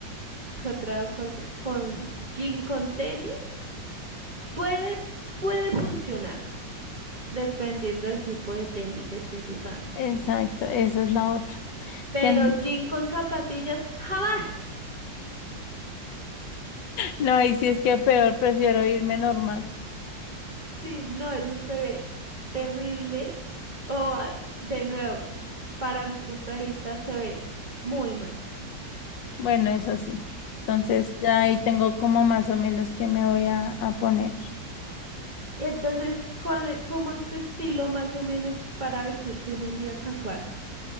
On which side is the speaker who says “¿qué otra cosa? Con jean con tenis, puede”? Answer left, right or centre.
Right